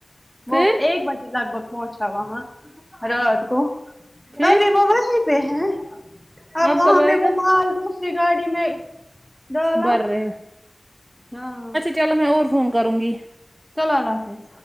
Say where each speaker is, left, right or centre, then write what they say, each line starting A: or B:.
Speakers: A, on the right; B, in the centre.
A: پھر
B: وہ ایک بجے لگ بھگ پہنچا وہاں رات کو
A: پھر
B: ابھی وہ وہی پہ ہیں اب
A: آپ
B: وہاں
A: کب
B: پہ
A: آئے گا
B: وہ مال دوسری گاڑی میں ڈالا
A: بررے
B: ہاں
A: چلو میں اور فون کروں گی
B: چلو اللہ حافظ